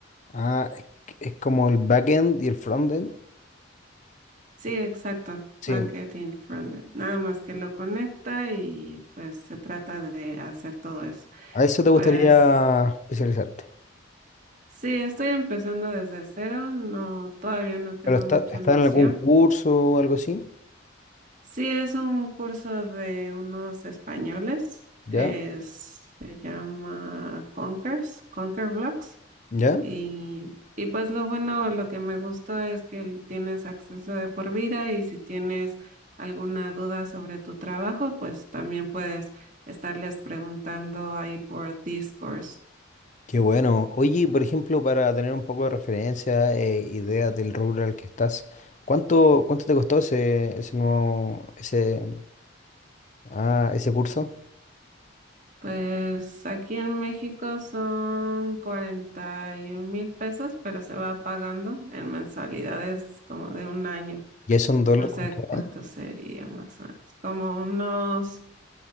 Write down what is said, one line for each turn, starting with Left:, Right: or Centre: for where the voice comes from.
Left: Ah, es, que- es como el backend y el frontend.
Right: Sí, exacto.
Left: Sí,
Right: Bankend y frontend. Nada más que lo conecta y pues se trata de hacer todo eso.
Left: a eso
Right: Y
Left: te
Right: pues
Left: gustaría especializarte.
Right: Sí, estoy empezando desde cero, no, todavía no tengo
Left: Pero está,
Right: mucha
Left: está
Right: noción.
Left: en algún curso o algo así,
Right: Sí, es un curso de unos españoles,
Left: ¿ya?
Right: es, se llama Conkers, Conquer Blocks,
Left: ¿Ya?
Right: y, y pues lo bueno, lo que me gustó es que l- tienes acceso de por vida y si tienes alguna duda sobre tu trabajo, pues también puedes estarles preguntando ahí por Discourse.
Left: Qué bueno. Oye, por ejemplo, para tener un poco de referencia, eh, ideas del rubro al que estás, ¿cuánto, cuánto te costó ese, ese nuevo, ese, ah, ese curso?
Right: Pues aquí en México son cuarenta y un mil pesos, pero se va pagando en mensualidades como de un año.
Left: Ya son dólares,
Right: No sé
Left: ¿cuánto?
Right: cuánto sería más o menos. Como unos